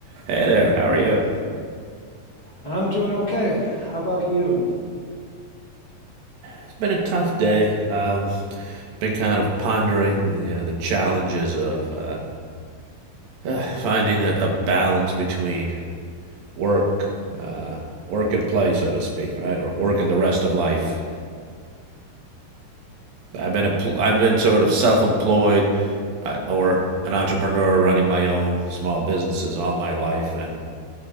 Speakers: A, on the right (about 70°); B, on the left (about 30°).
A: Hey there, how are you?
B: I'm doing okay. How about you?
A: It's been a tough day. Um, been kind of pondering you know, the challenges of uh, uh, finding a, a balance between work, uh, work and play, so to speak, right, or work and the rest of life. I've been empl- I've been sort of self-employed uh, or an entrepreneur running my own small businesses all my life, and